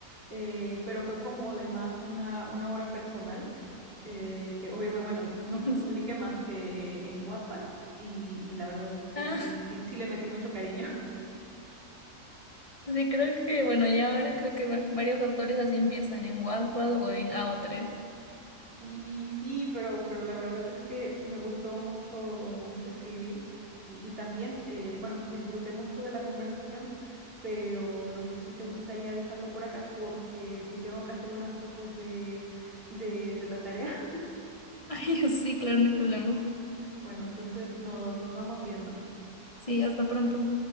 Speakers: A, on the right; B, on the left.
A: eh, pero fue como de más una, una obra personal eh, que obviamente, bueno, nunca
B: <laughs>
A: publiqué más que en Wattpad y, y la verdad es que
B: Ah,
A: sí, sí, sí le metí mucho cariño.
B: sí, creo que, bueno, ya ahora creo que va- varios autores así empiezan en Wattpad o en A o tres.
A: Sí, sí, pero, pero la verdad es que me gustó mucho, mucho escribir y, y también, eh, bueno, disfruté mucho de la conversación, pero no sé si te gustaría dejarlo por acá porque si tengo que hacer unas cosas de, de, de la tarea, <laughs>
B: <laughs> Ay, sí, claro, no hay problema.
A: bueno, entonces nos, nos vamos viendo.
B: Sí, hasta pronto.